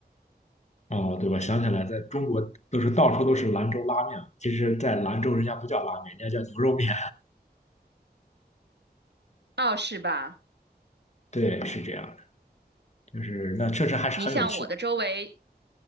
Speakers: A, on the left (about 40°); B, on the right (about 90°).
A: <laughs> 哦。对，我想起来，在中国都是到处都是兰州拉面，其实，在兰州人家不叫拉面，人家叫牛肉面。
B: 哦，是吧？
A: <laughs> 对，是这样的，就是那确实还是很有趣。
B: 你像我的周围，